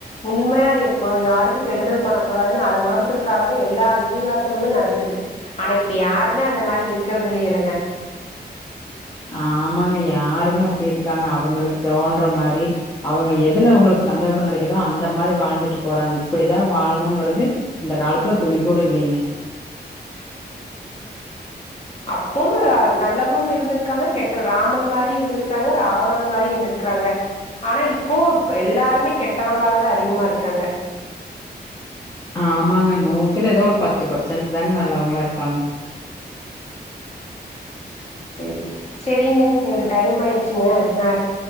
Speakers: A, on the left; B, on the left.
A: உண்மையா இருக்கணு யாருக்கு கெடுதல் பண்ணக் கூடாதுன் அத உணர்த்ததுக்காகவே எல்லா இதிகாசமுமே நடக்குது ஆனா இப்ப யாருமே அந்த மாரி இருக்குறது இல்லையே இல்லங்க
B: ஆமாங்க யாருங்க அப்டி இருக்காங்க அவுங்களுக்கு தோன்ற மாரி அவுங்க எதுல அவுங்களுக்கு சந்தோஷோ கெடைக்குதோ அந்த மாரி வாழ்ந்துட்டு போறாங்க இப்டிதா வாழணுங்குறது இந்த காலத்துல துளி கூட இல்லீங்க
A: அப்போவு நல்லவும் இருந்துருக்காங்க கெட்ட ராமன் மாரி இருந்துருக்காங்க ராவணன் மாரி இருந்துருக்றாங்க ஆனா இப்போ எல்லாருமே கெட்டவங்களாக தா அதிகமாக இருக்காங்க
B: ஆமாங்க நூத்துல ஏதோ ஒரு பத்து பர்சன்ட் தாங்க நல்லவங்ளா இருப்பாங்க
A: சேரி செரிங்க எனக்கு டைம் ஆய்டுச்சுங்க நா